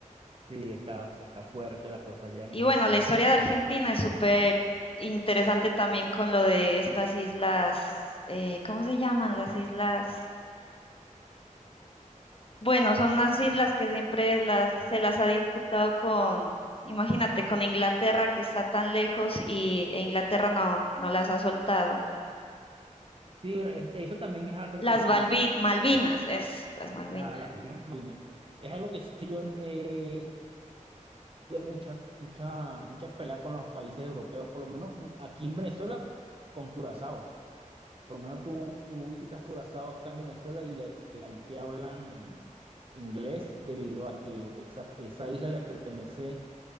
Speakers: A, on the right (about 45°); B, on the left (about 45°).
A: Sí, está, está fuerte la cosa allá en
B: Y
A: Argentina.
B: bueno, la historia de Argentina es súper interesante también con lo de estas islas, eh, ¿cómo se llaman las islas? Bueno, son unas islas que siempre las, se las ha disputado con, imagínate, con Inglaterra que está tan lejos y e Inglaterra no, no las ha soltado.
A: Sí, bueno, es- eso también es algo
B: Las
A: que sí,
B: Balvi- Malvinas, es, las
A: las
B: Malvinas.
A: las- a las Islas Malvinas, es algo que sí yo, eh, habido mucha, mucha, mucha pelea con los países europeos, por lo menos aquí en Venezuela con Curazao. Por lo menos tú, tú visitas Curazao acá en Venezuela y ahí, ahí te hablan inglés debido a que esa, esa isla le pertenece,